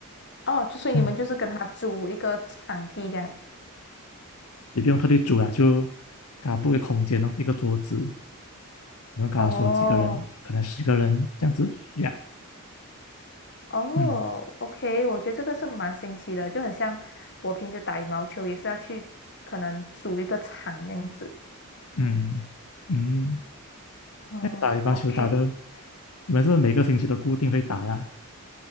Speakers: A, on the left; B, on the left.
A: 哦，就所以你们就是跟他租一个场地这样。
B: 嗯。也不用特地煮啊，就给他布一个空间哦，一个桌子，我们跟他说几个人，
A: 哦
B: 可能十个人这样子呀。
A: 哦，OK，
B: 嗯
A: 我觉得这个是蛮新奇的，就很像我平时打羽毛球也是要去可能租一个场这样子。
B: 嗯嗯，
A: 哦，OK。
B: 那你打羽毛球打的，你们是每个星期都固定会打啦？